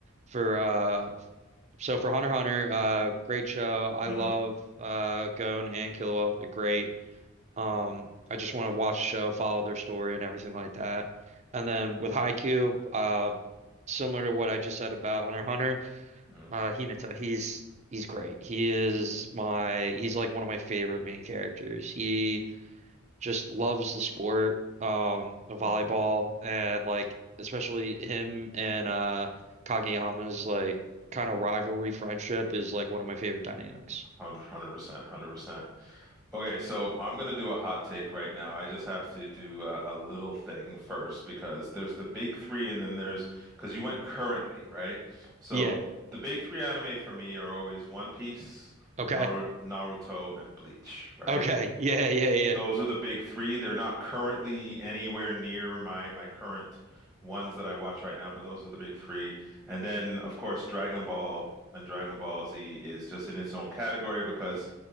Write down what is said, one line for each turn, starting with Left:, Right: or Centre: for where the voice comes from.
Right: for uh, so for Hunter x Hunter, uh, great show. I
Centre: hmm
Right: love uh, Gon and Killua. They're great. Um, I just want to watch a show, follow their story and everything like that. And then with Haikyuu, um, similar to what I just said about Hunter x Hunter,
Centre: hmm
Right: uh, Hinata, he's he's great. He is my he's like one of my favorite main characters. He just loves the sport um of volleyball
Centre: hmm
Right: and like especially him and uh Kageyama's like kind of rivalry friendship is like one of my favorite dynamics.
Centre: 100%, 100%. Okay, so I'm going to do a hot take right now. I just have to do a, a little thing first because there's the big three, and then there's because you went currently, right? So
Right: Yeah.
Centre: the big three anime for me are always One Piece,
Right: Okay.
Centre: Naru Naruto, and Bleach, right?
Right: Okay. Yeah, yeah, yeah.
Centre: Those are the big three. They're not currently anywhere near my my current ones that I watch right now, but those are the big three. And then, of course, Dragon Ball and Dragon Ball Z is just in its own category because